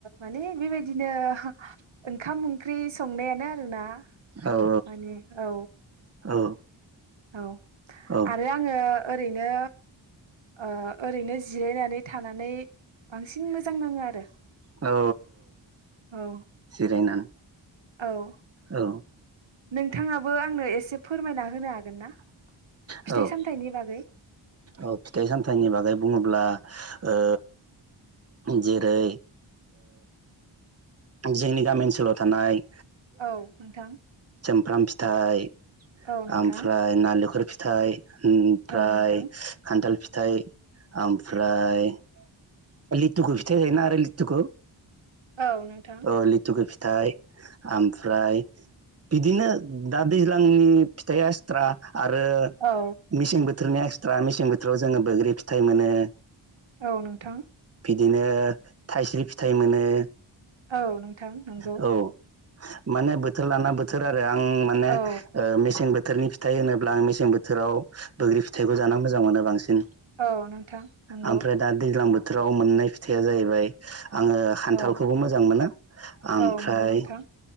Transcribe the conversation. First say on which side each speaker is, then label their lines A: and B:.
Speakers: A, on the right (about 70°); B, on the right (about 30°).
A: माने बेबायदिनो ओंखाम ओंख्रि संनायानो आरोना।
B: औ
A: माने औ
B: औ औ
A: औ
B: औ
A: आरो आङो ओरैनो ओ ओरैनो जिरायनानै थानानै बांसिन मोजां नाङो आरो।
B: औ
A: औ
B: जिरायनानै
A: औ
B: औ
A: नोंथाङाबो आंनो एसे फोरमायना होनो हागोन ना
B: औ
A: फिथाइ सामथाइनि बागै
B: औ फिथाइ सामथाइनि बागै बुङोब्ला ओ जेरै जोंनि गामि ओनसोलाव थानाय
A: औ नोंथां
B: प्लाम फिथाइ
A: औ नोंथां
B: ओमफ्राय नालेंखर फिथाइ ओमफ्राय
A: औ नोंथां
B: खान्थाल फि फिथाइ ओमफ्राय लिथुखौ फिथाइ थायोना आरो लिथुखौ
A: औ नोंथां
B: औ लिथुखौ फिथाइ ओमफ्राय बिदिनो दा दैज्लांनि फिथाइ एस्थ्रा आरो
A: औ
B: मेसें बोथोर बोथोरनि एक्सट्रा मेसें बोथोराव जो बैग्रि फिथाइ मोनो।
A: औ नोंथां
B: बिदिनो थाइस्रि फिथाइ मोनो।
A: औ नोंथां नंगौ
B: औ माने बोथोर लाना बोथोर आरो आं माने
A: औ
B: मेसें बो थोरनि फिथाइ होनोब्ला आं मेसें बोथोराव बैग्रि फिथाइखौ जानो मोजां मोनो बांसिन।
A: औ नोंथां नंगौ
B: ओमफ्राय दा दैज्लां बो थोराव मोननाय फिथाइया जाहैबाय आङो खान्थालखौबो
A: औ
B: मोजां मोनो ओमफ्राय
A: औ नंगौ नोंथां